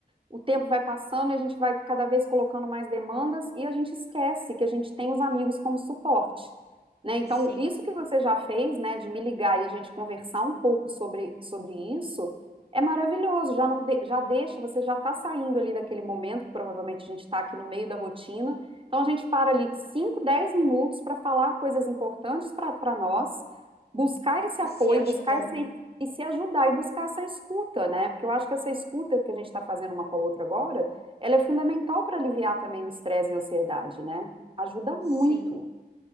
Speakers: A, on the right; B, on the left.
A: o tempo vai passando e a gente vai cada vez colocando mais demandas e a gente esquece que a gente tem os amigos como suporte, né? Então,
B: sim,
A: isso que você já fez, né, de me ligar e a gente conversar um pouco sobre, sobre isso, é maravilhoso. Já não de- já deixa, você já está saindo ali daquele momento que provavelmente a gente está aqui no meio da rotina então a gente para ali 5, 10 minutos para falar coisas importantes para nós, buscar esse
B: e
A: apoio,
B: se ajudar,
A: buscar essa
B: né?
A: e se ajudar e buscar essa escuta, né? Porque eu acho que essa escuta que a gente está fazendo uma com a outra agora, ela é fundamental para aliviar também o estresse e a ansiedade, né? Ajuda muito.
B: Sim.